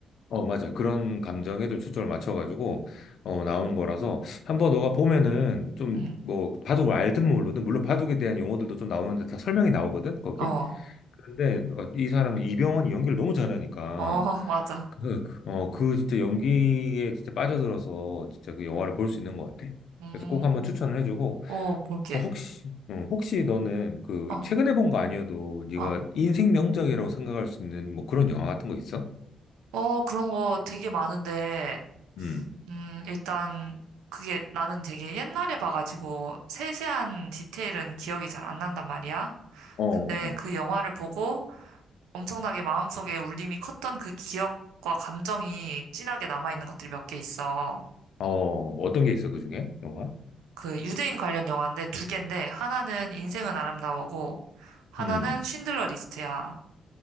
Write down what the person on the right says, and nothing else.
응.
어.
어, <laughs> 맞아.
음.
어, 볼게.
어,
어.
어, 그런 거 되게 많은데
음, 일단 그게 나는 되게 옛날에 봐가지고 세세한 디테일은 기억이 잘 안 난단 말이야.
근데 그 영화를 보고 엄청나게 마음속에 울림이 컸던 그 기억과 감정이 진하게 남아있는 것들이 몇 개 있어.
그 유대인 관련 영화인데 두 개인데 하나는 인생은 아름다워고 하나는
쉰들러 리스트야.